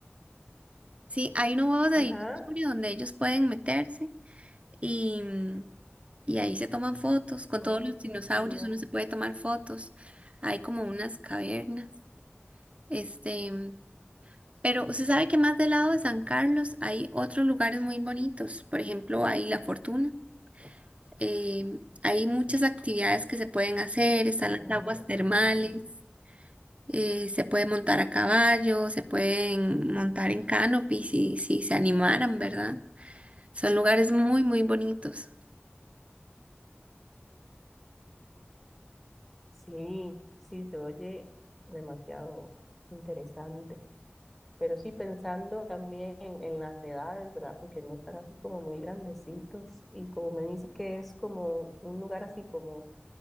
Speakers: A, on the right (about 30°); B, in the centre.
A: sí, hay unos huevos de
B: Ajá.
A: dinosaurio donde ellos pueden meterse y, mm, y ahí se toman fotos. Con
B: Ay,
A: todos los dinosaurios
B: qué chido.
A: uno se puede tomar fotos. Hay como unas cavernas. Este. Pero usted sabe que más del lado de San Carlos hay otros lugares muy bonitos. Por ejemplo, hay La Fortuna. Eh, hay muchas actividades que se pueden hacer. Están
B: Ajá.
A: las aguas termales.
B: <clears throat>
A: eh, se puede montar a caballo. Se pueden montar en canopy si, si se animaran, ¿verdad? Son lugares muy, muy bonitos.
B: Sí, sí, se oye demasiado interesante. Pero sí pensando también en, en las edades, ¿verdad? Porque no están así como muy grandecitos. Y como me dice que es como un lugar así como